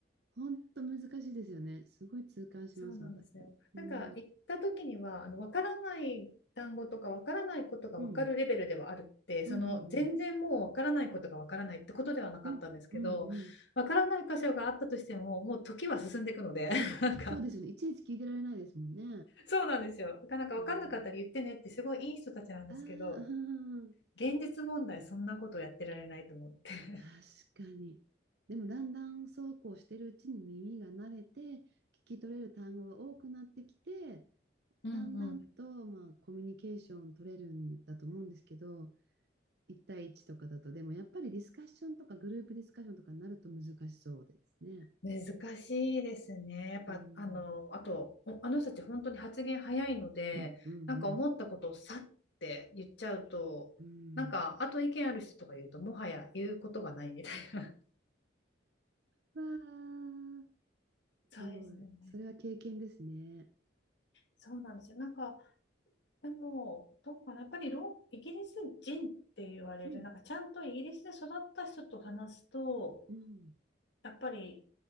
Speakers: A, on the right; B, on the left.
A: 本当難しいですよね。すごい痛感します、
B: そうなんですよ。
A: 私も。うん。
B: なんか行った時にはあの分からない単語とか分からないことが分かるレベルではあるってその全然もう分からないことが分からないってことではなかったんですけど分からない箇所があったとしてももう時は進んでいくので
A: うん。うんうんうん。うんうんうん。いや、
B: <laughs> なんか
A: そうですよね。いちいち聞いてられないですもんね。
B: そうなんですよ。だからなんか分かんなかったら言ってねってすごいいい人たちなんですけど
A: うんああうん、
B: 現実問題そんなことやってられないと思って。
A: 確かに。でもだんだんそうこうしてるうちに耳が慣れて、聞き取れる単語が多くなってきて、
B: うんうん
A: だんだんと、まあ、コミュニケーション取れるんだと思うんですけど、一対一とかだと、でもやっぱりディスカッションとかグループディスカッションとかになると難しそうですね。
B: 難しいですね。やっぱ、
A: うん、
B: あの、あと、おあの人たち本当に発言早いので、
A: うん、うん、うん。
B: なんか思ったことをさって言っちゃうと、
A: うん
B: なんか、あと意見ある人とか言うと、もはや言うことがないみたいな。
A: わあ、
B: <laughs>
A: すごい。
B: そうですよね。
A: それは経験ですね。
B: そうなんですよ。なんか、でも、どうかな、やっぱりロイギリス人って言われる、
A: うん。
B: なんかちゃんとイギリスで育った人と話すと、
A: うん。
B: やっぱり、